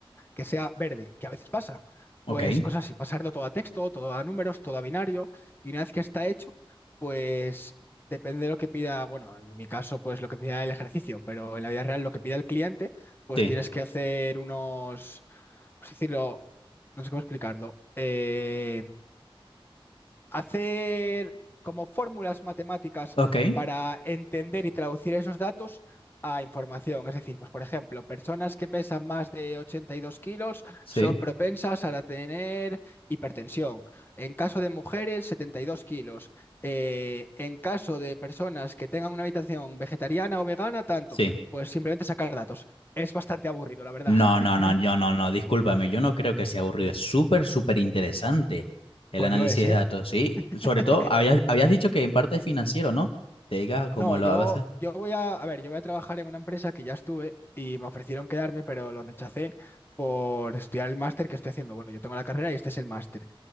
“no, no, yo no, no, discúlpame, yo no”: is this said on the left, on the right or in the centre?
Left